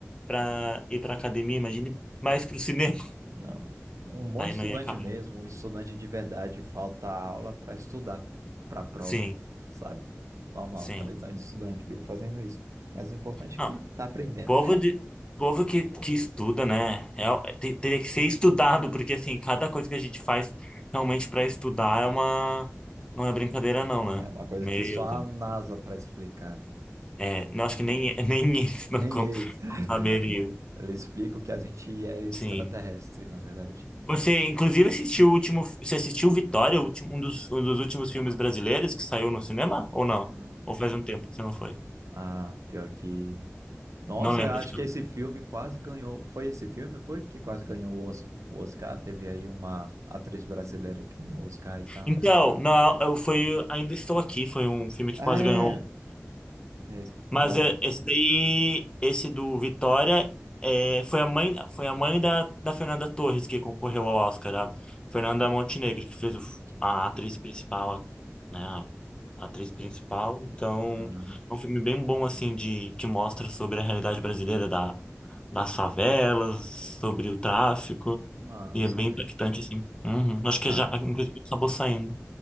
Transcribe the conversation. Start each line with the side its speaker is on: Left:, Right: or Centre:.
Left: para ir para academia, imagine mais para o cinema. <laughs>
Right: Não. Um bom
Left: Aí
Right: estudante
Left: não ia acabar.
Right: mesmo, um estudante de verdade, falta a aula para estudar, para a prova,
Left: Sim,
Right: sabe? Normal,
Left: sim.
Right: tradição de estudante, viu? Fazendo isso. Mas o importante
Left: Não,
Right: é que tá aprendendo.
Left: povo de povo que, que estuda, né? É, o- te- teria que ser estudado, porque assim, cada coisa que a gente faz realmente para estudar é uma não é brincadeira não, né?
Right: É uma coisa
Left: Meu
Right: que só a
Left: Deus.
Right: NASA para explicar.
Left: É, não acho que nem nem <laughs> eles não,
Right: Nem
Left: con-
Right: eles. <laughs>
Left: não saberiam.
Right: Eles explicam que a gente é extraterrestre,
Left: Sim.
Right: na verdade.
Left: Você, inclusive, assistiu o último. Você assistiu Vitória, o último- um dos, um dos últimos filmes brasileiros que saiu no cinema? Ou não?
Right: Ah,
Left: Ou faz um tempo que você não foi?
Right: ah, pior que. Nossa,
Left: Não lembro
Right: eu acho
Left: de tudo.
Right: que esse filme quase ganhou. Foi esse filme? Foi que quase ganhou o Os- o Oscar? Teve aí uma atriz brasileira que ganhou o Oscar e tal,
Left: Então,
Right: né?
Left: não, eu foi Ainda Estou Aqui, foi um filme que
Right: É.
Left: quase ganhou.
Right: É, esse-
Left: Mas
Right: é o...
Left: é, esse daí, esse do Vitória, é, foi a mãe, foi a mãe da, da Fernanda Torres que concorreu ao Oscar, a Fernanda Montenegro, que fez o-
Right: Que massa.
Left: a atriz principal, né? A atriz principal. Então,
Right: Ah,
Left: é um filme bem bom, assim, de, que mostra sobre a realidade brasileira da, das favelas, sobre o tráfico,
Right: que massa,
Left: e é bem
Right: velho.
Left: impactante, assim. Uhum. Acho que
Right: Ah,
Left: já, inclusive, acabou saindo.